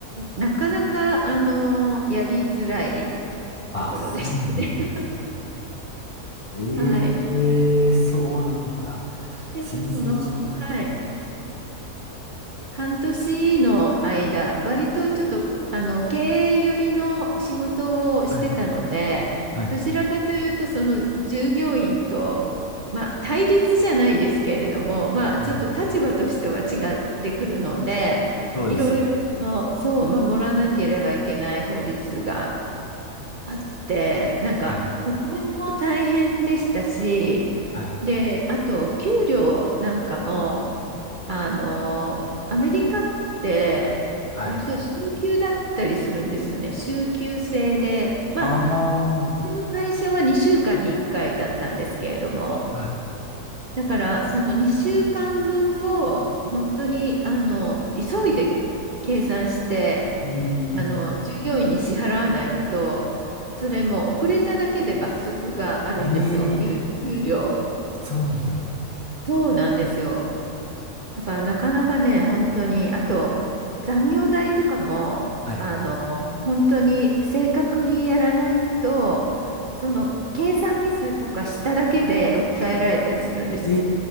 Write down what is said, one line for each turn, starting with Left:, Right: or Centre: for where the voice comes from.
Right: なかなかあのやりづらい
Left: あ、
Right: ところでしたね。
Left: そうなんです。
Right: <laughs>
Left: え
Right: はい。
Left: えそうなんだ。
Right: なんかその、
Left: 全然知ら
Right: はい、半年の間、割とちょっと、あの、経営寄りの仕事をしてたので、
Left: ない。はい。はい。
Right: どちらかというと、その従業員と、まあ、対立じゃないですけれども、まあ、
Left: はい。
Right: ちょっと立場としては違ってくるので、
Left: そうですよね。
Right: いろいろその、そう、守らなければいけない法律があって、なんか保険も大変でしたし、
Left: はい。はい。
Right: で、あと給料なんかも、あの、アメリカって割と週休だったりするんですよね。
Left: はい。
Right: 週休制で、まあ、
Left: ああ、は
Right: うちの会社は2週間に1回だったんですけれども、
Left: い。
Right: だからその2週間分を本当にあの急いで計算して、
Left: うんうんうん。
Right: あの、従業員に支払わないと、それも遅れただけで罰則があるんですよ、
Left: え
Right: お給、
Left: え、
Right: 給料。
Left: そうなんだ。
Right: そうなんですよ。だからなかなかね、本当に、あと残業代とかも、
Left: はい。
Right: あの、本当に正確にやらないと、その計算ミスとかしただけで訴えられたりするんですよ。
Left: え